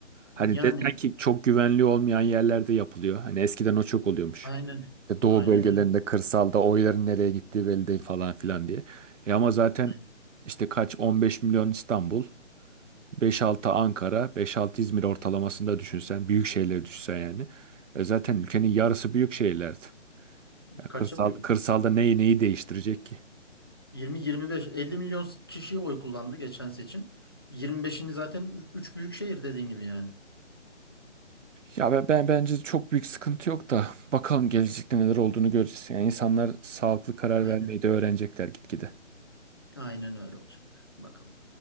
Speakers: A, on the right; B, on the left.
A: Hani
B: Yani
A: desen ki çok güvenli olmayan yerlerde yapılıyor. Hani eskiden o çok oluyormuş.
B: aynen
A: İşte doğu
B: aynen
A: bölgelerinde,
B: öyle.
A: kırsalda oyların nereye gittiği belli değil falan filan diye. E ama zaten
B: Aynen.
A: işte kaç 15 milyon İstanbul, 5-6 Ankara, 5-6 İzmir ortalamasında düşünsen, büyük şehirleri düşünsen yani. E zaten ülkenin yarısı büyük şehirlerdi. Ya
B: Kaçamıyor.
A: kırsal, kırsalda neyi neyi değiştirecek ki?
B: 20-25 50 milyon kişi oy kullandı geçen seçim. 25'ini zaten 3 büyük şehir dediğin gibi yani.
A: Ya ben, ben bence çok büyük sıkıntı yok da bakalım gelecekte neler olduğunu göreceğiz. Yani insanlar sağlıklı karar
B: Aynen
A: vermeyi
B: öyle.
A: de öğrenecekler gitgide.
B: Aynen öyle olacak. Bakalım.